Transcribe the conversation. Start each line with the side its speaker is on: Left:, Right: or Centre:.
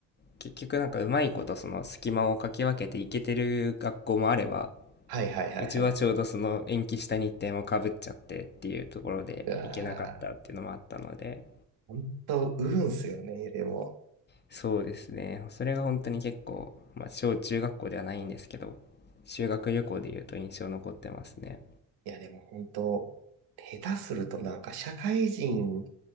Left: 結局なんかうまいことその隙間をかき分けていけてる学校もあれば、
Right: はいはいはいはい。
Left: うちはちょうどその延期した日程もかぶっちゃってっていうところで行けなかったっていうのもあったので、
Right: うわー、本当、運っすよね、でも。
Left: そうですね。それが本当に結構、まあ小中学校ではないんですけど、修学旅行で言うと印象残ってますね。
Right: いや、でも本当、下手するとなんか社会人